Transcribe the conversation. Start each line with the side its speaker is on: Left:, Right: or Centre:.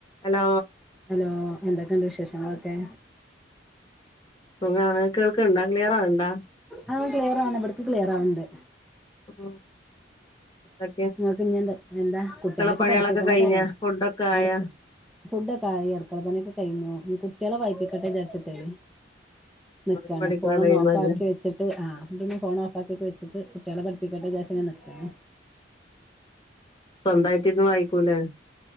Left: Hello
Centre: hello എന്തൊക്കണ്ട് വിശേഷങ്ങൾ ക്കെ
Left: സുഖാണ് കേൾക്ക്ണ്ടോ ക്ലിയറാവ്ണ്ടോ
Centre: അ ക്ലിയർ ആണ് ഇവട്ക്ക് ക്ലിയർ ആവുന്നുണ്ട്
Left: ആ
Centre: നിങ്ങക്ക് ഇനി എന്ത എന്താ കുട്ടികളൊക്കെ
Left: പണികളൊക്കെ
Centre: പഠിപ്പിക്കണ
Left: കഴിഞ്ഞാ
Centre: തര
Left: ഫുഡൊക്കെ ആയാ
Centre: അടക ഫുഡൊക്കെ ആയി അട്ക്കള പണിയൊക്കെ കഴിഞ്ഞു ഞി കു ട്ട്യാളെ വായ്പിക്കട്ടെ വിചാരിച്ച്ട്ടെ നിക്കാണ്
Left: ഓര് പഠിക്ക്ണ
Centre: ഫോൺ ഒന്ന്
Left: ടൈമല്ലേ
Centre: ഓഫാക്കി വെച്ചിട്ട് ആ ഇതൊന്ന് ഫോൺ ഓഫാക്കിട്ട് വെച്ചിട്ട് കുട്ടികളെ പഠി പ്പിക്കട്ടെ ജാര്ചിങ്ങനെ നിക്കാണ്
Left: സ്വന്തായിട്ട് ഇര്ന്ന് വായിക്കൂലെ